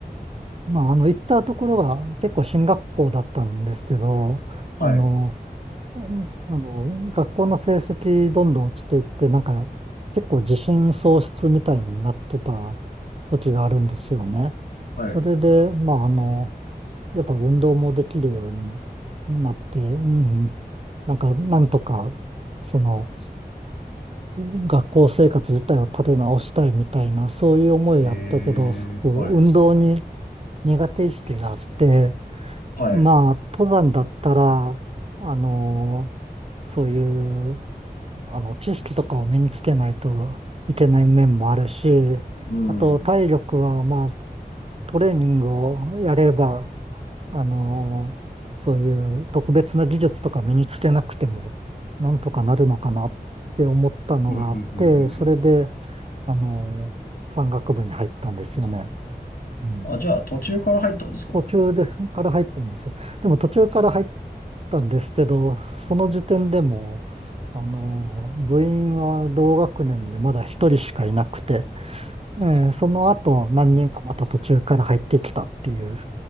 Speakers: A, on the right; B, on the left.
A: まあ、あの、行ったところが結構進学校だったんですけど、あの、
B: はい、
A: うんあの、学校の成績どんどん落ちていって、なんか結構自信喪失みたいになってた時があるんですよね。
B: はい。
A: それで、まああの、やっぱ運動もできるようになって、うん、なんかなんとか、その、学校生活自体を立て直したいみたいな、そういう思いやったけど、
B: えー、
A: すごく運動に
B: はい、
A: 苦手意識があって、
B: はい。
A: まあ登山だったら、あの、そういう、あの、知識とかを身につけないといけない面もあるし、
B: うん。
A: あと体力は、
B: うん、
A: まあ、トレーニングをやれば、あの、そういう特別な技術とか身につけなくても、なんとかなるのかなって思ったのがあって、
B: うん、うん、うん、うん
A: それで、あの、山岳部に入ったんですよね。うん。
B: あ、じゃあ途中から入ったんですか
A: 途中ですから入ったんですよ。でも途中から入ったんですけど、その時点でも、あの、部員は同学年でまだ一人しかいなくて、えーその後何人かまた途中から入ってきたっていう。